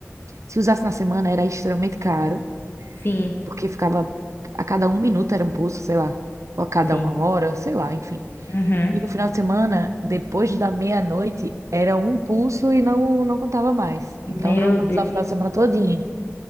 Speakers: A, on the right; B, on the left.
A: se usasse na semana era extremamente caro.
B: Sim,
A: porque ficava a cada um minuto era um pulso, sei lá, ou a cada
B: sim.
A: uma hora, sei lá, enfim.
B: Uhum.
A: E no final de semana, depois da meia-noite, era um pulso e não, não contava mais.
B: Meu
A: Então dava pra
B: Deus.
A: usar o final de semana todinho.